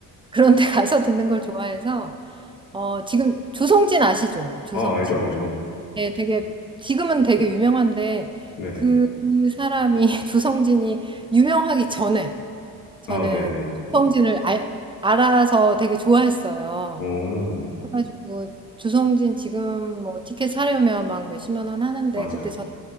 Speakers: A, on the right (about 15°); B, on the left (about 65°).
A: 그런 데 가서 듣는 걸 좋아해서 어, 지금 조성진 아시죠? 조성진.
B: 아, 알죠, 알죠.
A: 네, 되게 지금은 되게 유명한데
B: 네.
A: 그 사람이 <laughs> 조성진이 유명하기 전에 저는
B: 아, 네네.
A: 조성진을 알, 알아서 되게 좋아했어요.
B: 어,
A: 그래가지고 조성진 지금 뭐 티켓 사려면 막 몇십만 원 하는데
B: 맞아요.
A: 그때 저는